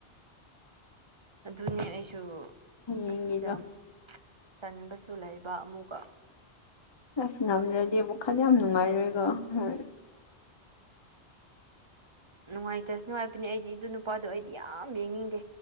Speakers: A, on the right; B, on the left.
A: ꯑꯗꯨꯅꯤ ꯑꯩꯁꯨ
B: ꯍꯌꯦꯡꯒꯤꯗꯣ
A: ꯑꯁ ꯌꯥꯝ ꯇꯟꯕꯁꯨ ꯂꯩꯕ ꯑꯃꯨꯛꯀ
B: ꯑꯁ ꯉꯝꯂꯗꯤ ꯋꯥꯈꯜ ꯌꯥꯝ ꯅꯨꯡꯉꯥꯏꯔꯣꯏꯀꯣ ꯍꯣꯏ
A: ꯅꯨꯡꯉꯥꯏꯇꯥꯁꯅꯨ ꯍꯥꯏꯕꯅꯦ ꯑꯩꯗꯤ ꯑꯗꯨ ꯅꯨꯄꯥꯗꯣ ꯑꯩꯗꯤ ꯌꯥꯝ ꯌꯦꯡꯅꯤꯡꯗꯦ